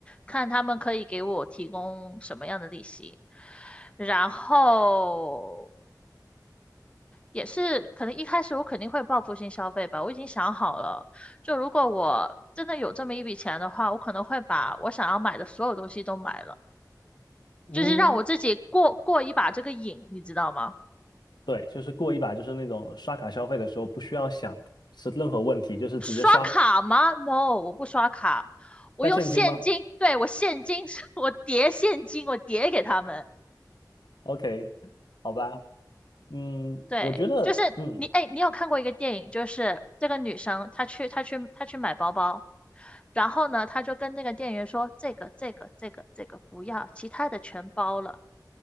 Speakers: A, on the left (about 15°); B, on the left (about 80°).
A: 看他们可以给我提供什么样的利息，然后也是可能一开始我肯定会报复性消费吧，我已经想好了。就如果我真的有这么一笔钱的话，我可能会把我想要买的所有东西都买了。
B: 嗯，
A: 就是让我自己过过一把这个瘾，你知道吗？
B: 对，就是过一把，就是那种刷卡消费的时候不需要想是任何问题，就是直接刷，
A: 刷卡吗？No，我不刷卡，我用现金。
B: 带现金吗
A: 对，我现金，<laughs> 我叠现金，我叠给他们。
B: ？OK，好吧，嗯，
A: 对，
B: 我觉得嗯，
A: 就是你，哎，你有看过一个电影，就是这个女生她去她去她去买包包，然后呢，她就跟那个店员说这个这个这个这个不要，其他的全包了。